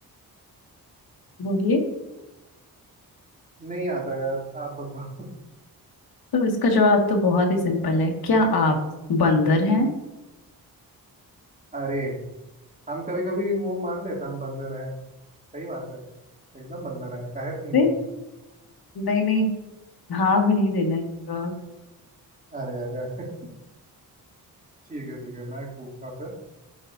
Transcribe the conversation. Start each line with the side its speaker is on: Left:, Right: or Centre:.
Left: बोलिए
Right: नहीं आता यार आप बताओ
Left: तो इसका जवाब तो बहुत ही सिंपल है क्या आप बंदर हैं
Right: अरे हम कभी कभी वो मान लेते हैं हम बंदर हैं सही बात है एकदम बंदर हैं काहे नहीं
Left: दे
Right: होंगे
Left: नहीं नहीं हाँ में नहीं देना है जवाब
Right: अरे अरे अरे <laughs> ठीक है ठीक है मैं पूछता हूँ फिर